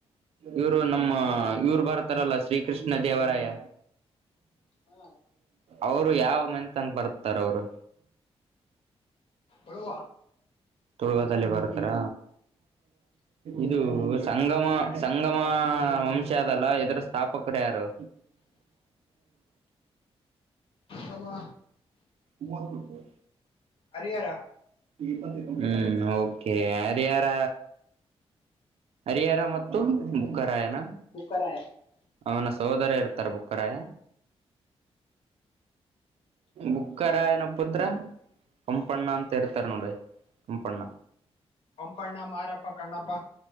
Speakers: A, on the right (about 65°); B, on the left (about 55°).
A: ಇವರು ನಮ್ಮ ಇವ್ರು ಬರ್ತಾರಲ್ಲ ಶ್ರೀ ಕೃಷ್ಣ ದೇವರಾಯ
B: ಹಾ
A: ಅವರು ಯಾವ ಮತ್ಂಗ ಬರ್. ತರರು.
B: ಉಳುವ
A: ತುಳಗಾದದಲ್ಲಿ ಬರ್ತಾರ ಇದು ಸಂಗಮ ಸಂಗಮ ವಂಶ ಅದಲ್ಲ ಎ್ರ ಸ್ಥಾಪಕರು ಯಾರು.
B: ಹಮ್ಮ.
A: ಉಮತ್ ಕೊಟ್ಟ.
B: ಹರಿಹರ.
A: ಹ್ಮ್ ಓಕೆ ಹರಿಹರ. ಹರಿಹರ ಮತ್ತು ಬುಕ್ಕರಾಯನ.
B: ಬುಕ್ಕರಾಯ
A: ಅವನ ಸಹೋದರ ಇರ್ತ. ಬುಕ್ಕರಾಯ ಬುಕ್ಕರಾಯನ ಪತ್ರ ಕಂಪಣ್ಣ ಅಂತ ಇರ್ತಾರ ನೋಡಿ ಕಂಪಣ್ಣ.
B: ಕೊಂಪಣ್ಣ ಮಾರಪ್ಪ ಕಣ್ಣಪ್ಪ.